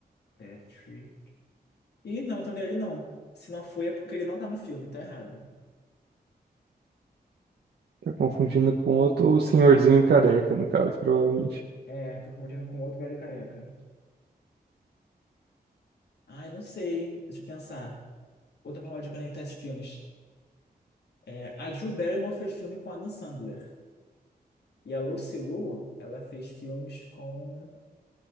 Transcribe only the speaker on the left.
Patrick. Ih, não, tô nele não. Se não foi, é porque ele não tá no filme, tá errado.
É, tô confundindo com outro velho careca. Ai, não sei, deixa eu pensar. Outra forma de conectar esses filmes. É, a Drew Barrymore fez filme com Adam Sandler. E a Lucy Liu, ela fez filmes com